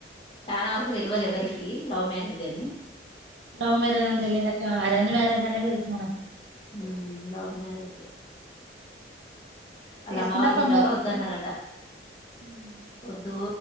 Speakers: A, on the left; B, on the right.
A: చాలా వరకు తెలియదు ఎవరికి లవ్ మ్యారేజ్ అని
B: లవ్ మ్యారేజ్ అంత తెలియదుాక్క అరేంజ్ మ్యారేజ్ అనే తెలుసు మనకి
A: ఆ లవ్ మ్యారేజ్ వాళ్ళ
B: చేసుకుంటే
A: అమ్మ వాళ్ళకి
B: ఆ పంబర్
A: ఇట్లా కూడా వద్దు
B: కుటుంబం
A: అన్నారట
B: ఉమ్
A: వద్దు